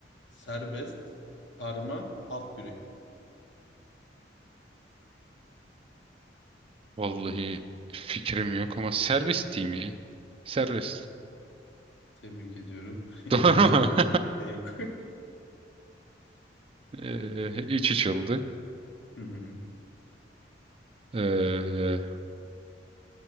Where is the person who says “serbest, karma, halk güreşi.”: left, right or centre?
Left